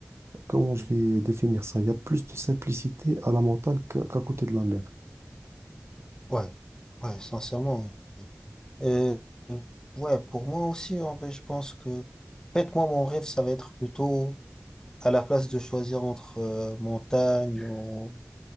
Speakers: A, on the right; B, on the left.
A: comment je vais définir ça? Il y a plus de simplicité à la montagne qu'à qu'à côté de la mer.
B: ouais, ouais, sincèrement, oui. Et, euh, ouais, pour moi aussi, en vrai, je pense que. En fait, moi, mon rêve, ça va être plutôt à la place de choisir entre euh, montagne ou,